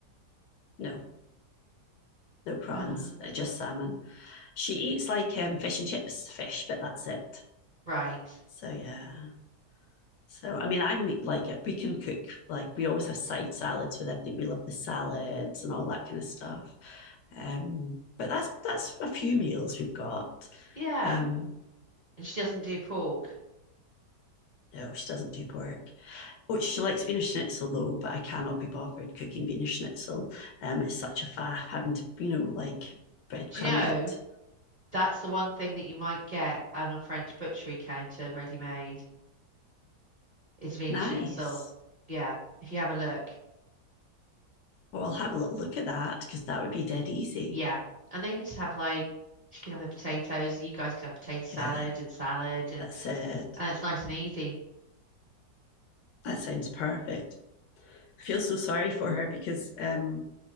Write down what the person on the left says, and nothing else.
No, no prawns,
uh, just salmon. She eats like um, fish and chips fish, but that's it.
So yeah. So I mean, I'm like uh, we can cook like we always have side salads with everything. We love the salads and all that kind of stuff. Um, but that's that's a few meals we've got.
Um,
no, she doesn't do pork. Oh, she likes Wiener Schnitzel though, but I cannot be bothered cooking Wiener Schnitzel. Um, it's such a faff having to, you know, like breadcrumb
it.
Nice.
Well, I'll have a little look at that because that would be dead easy.
Yeah,
that's it.
That sounds perfect. I feel so sorry for her because um,